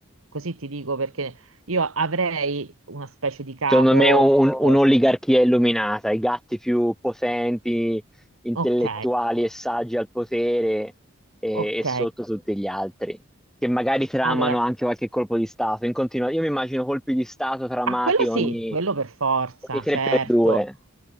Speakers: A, on the right (about 85°); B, in the centre.
A: così ti dico, perché io avrei una specie di capo,
B: Secondo me un- un'oligarchia
A: eh,
B: illuminata, i gatti più potenti, intellettuali
A: ok,
B: e saggi al potere e,
A: ok,
B: e sotto tutti gli altri, che magari tramano
A: allora,
B: anche qualche colpo di Stato. In continua- io mi immagino colpi di Stato tramati
A: a quello
B: ogni,
A: sì, quello per forza,
B: ogni 3x2.
A: certo.